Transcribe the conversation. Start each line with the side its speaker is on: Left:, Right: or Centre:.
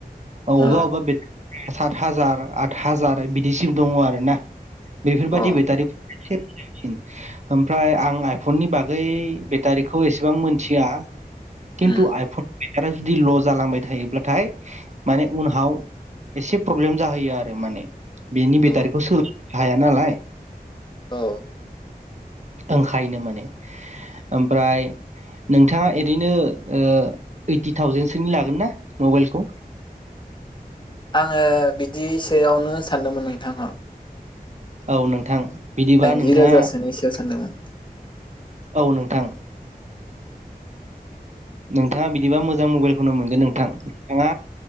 Right: अबा
Left: अ
Right: अबा बे सात हाजार आत हाजार बिदिसिम दङ आरो ना बेफोरबायदि
Left: अ
Right: बेटारिफ्रा <unintelligible> ओमफ्राय आं आइ फननि बागै बेटारिखौ एसेबां मोनथिया खिथु
Left: उम
Right: आइफन बेटारिया जुदि ल' जालांबाय थायोब्लाथाय माने उनाव एसे प्रब्लेम जाहैयो आरो माने बेनि
Left: अ
Right: बेटारिखौ सोलायनो हाया नालाय
Left: औ
Right: ओंखायनो माने ओमफ्राय नोंथाङा ओरैनो ओ ओइटि थावजेनसोनि लागोन ना मबाइलखौ?
Left: आङो बिदिसोआवनो सानदोंमोन नोंथां
Right: औ नोंथां बिदिबा
Left: दाइजि
Right: नोंथाङा
Left: रोजासोनिसो सानदोंमोन
Right: औ नोंथां नोंथाङा बिदिबा मोजां मबाइलखौनो मोनगोन नोंथां नोंथाङा